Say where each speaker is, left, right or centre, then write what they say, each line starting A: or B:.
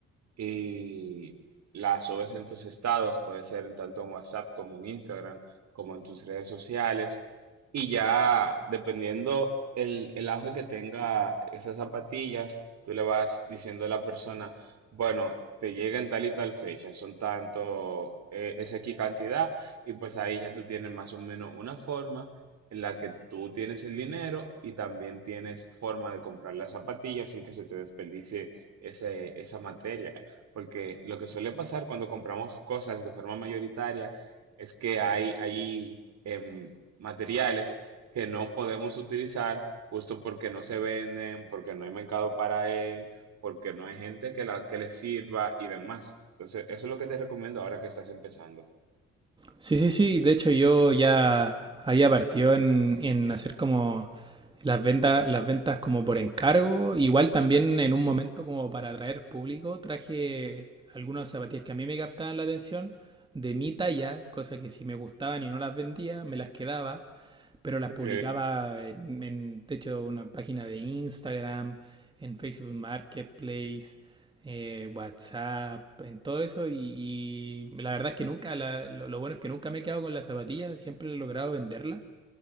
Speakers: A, on the right; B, on the right.
A: y la subes en tus estados, puede ser en tanto en WhatsApp como en Instagram, como en tus redes sociales. Y ya dependiendo el, el auge que tenga esas zapatillas, tú le vas diciendo a la persona, bueno, te llega en tal y tal fecha, son tanto, eh, es aquí cantidad, y pues ahí ya tú tienes más o menos una forma en la que tú tienes el dinero y también tienes forma de comprar las zapatillas sin que se te desperdicie ese, esa materia. Porque lo que suele pasar cuando compramos cosas de forma mayoritaria es que hay, hay em, materiales que no podemos utilizar justo porque no se venden, porque no hay mercado para él, porque no hay gente que, la, que le sirva y demás. Entonces, eso es lo que te recomiendo ahora que estás empezando.
B: Sí, sí, sí. De hecho, yo ya había partido en, en hacer como las ventas, las ventas como por encargo. Igual también en un momento como para atraer público, traje algunas zapatillas que a mí me captaban la atención de mi talla, cosas que si me gustaban y no las vendía, me las quedaba pero las
A: Ok,
B: publicaba en, en de hecho, una página de Instagram, en Facebook Marketplace, eh, WhatsApp, en todo eso. Y, y la verdad es que nunca, la, lo, lo, bueno es que nunca me he quedado con la zapatilla, siempre he logrado venderla.